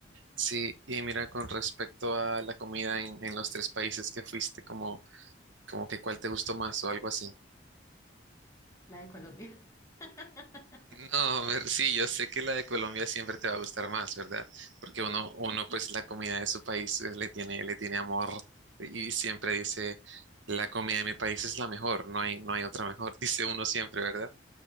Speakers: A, on the right (about 75°); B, on the left (about 15°).
A: Sí, y mira, con respecto a la comida en, en los tres países que fuiste, como, como que cuál te gustó más o algo así.
B: la de Colombia. <laughs>
A: No, ver, sí, yo sé que la de Colombia siempre te va a gustar más, ¿verdad? Porque uno, uno pues la comida de su país eh, le tiene, le tiene amor y siempre dice, la comida de mi país es la mejor, no hay, no hay otra mejor, <laughs> dice uno siempre, ¿verdad?